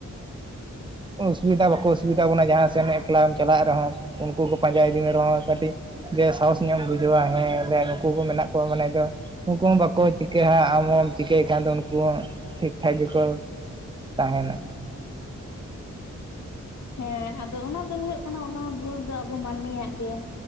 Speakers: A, on the right; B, on the left.
A: ᱚᱥᱩᱵᱤᱫᱟ ᱵᱟᱠᱚ ᱚᱥᱩᱵᱤᱫᱟ ᱵᱚᱱᱟ ᱡᱟᱦᱟᱸ ᱥᱮᱱ ᱮᱠᱞᱟᱢ ᱪᱟᱞᱟᱜ ᱨᱮᱦᱚᱸ ᱩᱱᱠᱩ ᱠᱚ ᱯᱟᱸᱡᱟ ᱤᱫᱤᱢ ᱨᱮᱦᱚᱸ ᱠᱟᱹᱴᱤᱡ ᱡ ᱥᱟᱦᱚᱥ ᱧᱚᱜ ᱮᱢ ᱵᱩᱡᱷᱟᱹᱣᱟ ᱦᱮᱸ ᱵᱮ ᱱᱩᱠᱩ ᱠᱚ ᱢᱮᱱᱟᱜ ᱠᱚᱣᱟ ᱢᱟᱱᱮ ᱫᱚ ᱩᱱᱠᱩ ᱦᱚᱸ ᱵᱟᱠᱚ ᱪᱤᱠᱟᱹᱦᱟ᱾ ᱟᱢ ᱦᱚᱸᱢ ᱪᱤᱠᱟᱹᱭ ᱠᱷᱟᱱ ᱫᱚ ᱩᱱᱠᱩ ᱦᱚᱸ ᱴᱷᱤᱠ ᱴᱷᱟᱠ ᱜᱮᱠᱚ ᱛᱟᱦᱮᱱᱟ
B: ᱦᱮᱸ ᱟᱫᱚ ᱚᱱᱟ ᱫᱚ ᱦᱩᱭᱩᱜᱜ ᱠᱟᱱᱟ ᱚᱱᱟ ᱵᱷᱩᱞ ᱫᱚ ᱟᱵᱚ ᱢᱟᱹᱱᱢᱤᱭᱟᱜ ᱜᱮ